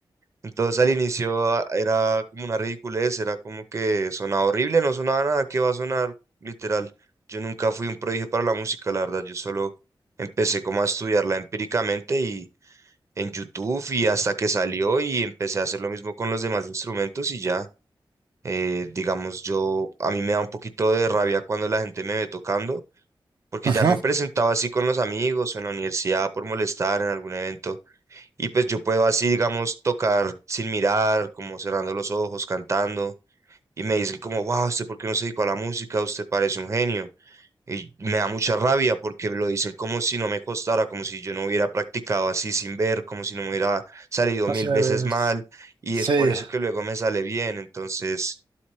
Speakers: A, on the right; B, on the right.
A: entonces al inicio ah, era como una ridiculez, era como que sonaba horrible, no sonaba nada, que va a sonar? Literal. Yo nunca fui un prodigio para la música, la verdad. Yo solo empecé como a estudiarla empíricamente y en YouTube y hasta que salió y empecé a hacer lo mismo con los demás instrumentos y ya. Eh, digamos, yo a mí me da un poquito de rabia cuando la gente me ve tocando, porque
B: ajá.
A: ya me presentaba así con los amigos o en la universidad por molestar en algún evento y pues yo puedo así, digamos, tocar sin mirar, como cerrando los ojos, cantando. Y me dicen como, wow, ¿usted por qué no se dedicó a la música? Usted parece un genio. Y me da mucha rabia porque lo dicen como si no me costara, como si yo no hubiera practicado así sin ver, como si no me hubiera salido
B: Entonces,
A: mil veces mal. Y
B: sí,
A: es por eso que luego me sale bien. Entonces,